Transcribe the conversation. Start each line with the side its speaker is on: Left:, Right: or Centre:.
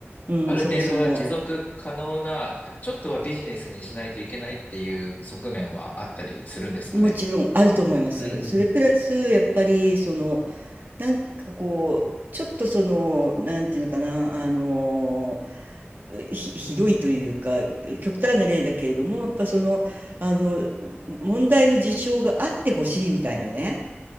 Right: うん、
Left: ある程度は持続可能な、
Right: そもそも。
Left: ちょっとはビジネスにしないといけないっていう側面はあったりするんですかね。
Right: もちろんあると思います。
Left: うんうん。
Right: それプラス、やっぱり、その、なんかこう、ちょっとその、なんていうのかな、あの、ひ、ひどいというか、極端な例だけれども、やっぱその、あの、問題の事象があってほしいみたいなね、